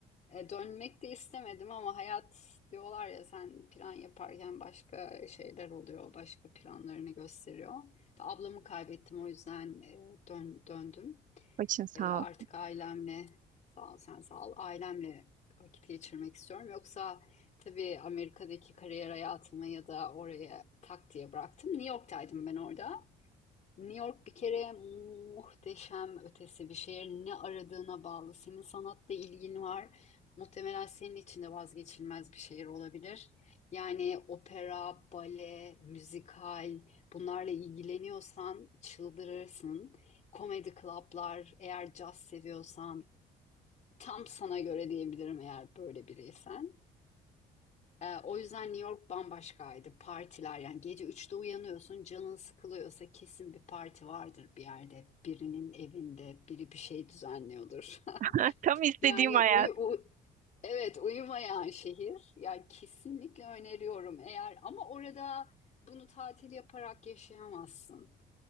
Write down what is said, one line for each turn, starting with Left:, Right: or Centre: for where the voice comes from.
Left: E, dönmek de istemedim ama hayat diyorlar ya sen plan yaparken başka şeyler oluyor, başka planlarını gösteriyor. İşte Ablamı kaybettim o yüzden e, dön, döndüm.
Right: Başın sağ
Left: E, ve artık
Right: ol.
Left: ailemle sağ ol sen sağ ol ailemle vakit geçirmek istiyorum. Yoksa tabii Amerika'daki kariyer hayatımı ya da oraya tak diye bıraktım. New York'taydım ben orada. New York bir kere muhteşem ötesi bir şehir. Ne aradığına bağlı. Senin sanatla ilgin var. Muhtemelen senin için de vazgeçilmez bir şehir olabilir. Yani opera, bale, müzikal bunlarla ilgileniyorsan çıldırırsın. Komedi klaplar, eğer caz seviyorsan tam sana göre diyebilirim eğer böyle biriysen. Ee, o yüzden New York bambaşkaydı. Partiler yani gece üçte uyanıyorsun canın sıkılıyorsa kesin bir parti vardır bir yerde. Birinin evinde biri bir şey düzenliyordur. <laughs>
Right: <laughs> Tam istediğim
Left: Yani
Right: hayat.
Left: uyu, u- evet uyumayan şehir. Yani kesinlikle öneriyorum eğer ama orada bunu tatil yaparak yaşayamazsın.